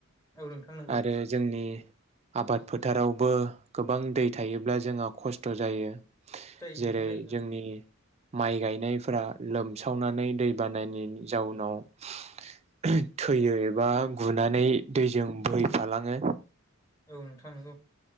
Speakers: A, on the left; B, on the right.
A: औ नोंथां नोंगौ
B: आरो जोंनि आबाद फोथारावबो गोबां दै थायोब्ला जोंहा खस्थ' जायो।
A: जायो नोंथां
B: जेरै
A: जायो
B: जोंनि माइ गायनायफोरा लोमसावनानै दै बानानि जाउनाव थैयो एबा गुनानै दै जों बोहैफालाङो‌
A: औ नोंथां नंगौ।